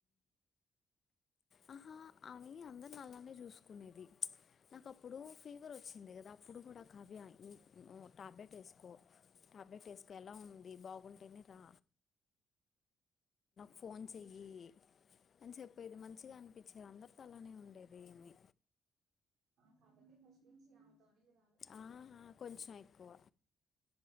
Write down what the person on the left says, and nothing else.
ఆహా అవి అందరునీ అల్లానే చూసుకునేది నాకు అప్పుడు ఫీవర్ వచ్చింది కదా అప్పుడు కూడా కవి్య ఈ టాబ్లెట్ వేసుకో టాబ్లెట్ వేసుకో ఎలా ఉంది బాగుంటేనే రా ఫోన్స్య్యి
అని చెప్పేది మంచిగా అనిపించేది అందరితో అలానే ఉండేది ఏమి
ఆ!
ఆ! కొంచెం ఎక్కువ.